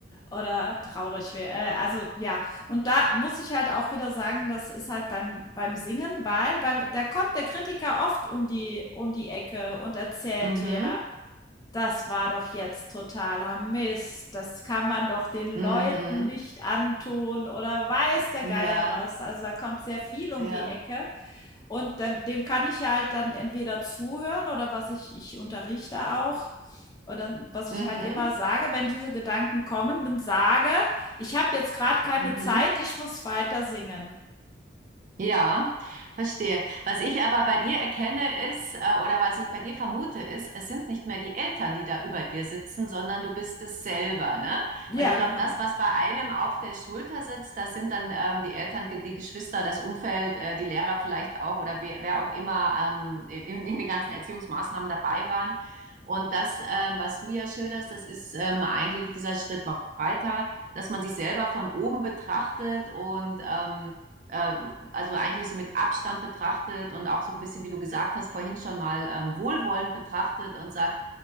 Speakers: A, on the left; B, on the right.
A: oder traurig wäre. äh, also, ja. Und da muss ich halt auch wieder sagen, das ist halt beim beim Singen, weil beim da kommt der Kritiker oft um die um die Ecke und erzählt
B: Mhm.
A: dir das war doch jetzt totaler Mist. Das kann man doch den Leuten
B: Mhm.
A: nicht antun oder weiß der Geier
B: Ja,
A: was. Also, da kommt sehr viel um
B: ja.
A: die Ecke und dem dem kann ich ja halt dann entweder zuhören oder was ich ich unterrichte auch und dann was ich
B: Mhm.
A: halt immer sage, wenn diese Gedanken kommen, dann sage: „Ich habe jetzt gerade keine
B: Mhm.
A: Zeit, ich muss weiter singen.“
B: Ja, verstehe. Was ich aber bei dir erkenne ist, äh, oder was ich bei dir vermute ist, es sind nicht mehr die Eltern, die da über dir sitzen, sondern du bist es selber, ne?
A: Ja,
B: Und ich glaube,
A: genau.
B: das, was bei einem auf der Schulter sitzt, das sind dann ähm, die Eltern, ge- die Geschwister, das Umfeld, äh, die Lehrer vielleicht auch oder wer, wer auch immer ähm, in, in den ganzen Erziehungsmaßnahmen dabei waren. Und das, ähm, was du ja schilderst, das ist ähm, eigentlich dieser Schritt weiter, dass man sich selber von oben betrachtet und ähm, ähm, also eigentlich so mit Abstand betrachtet und auch so ein bisschen, wie du gesagt hast, vorhin schon mal ähm, wohlwollend betrachtet und sagt,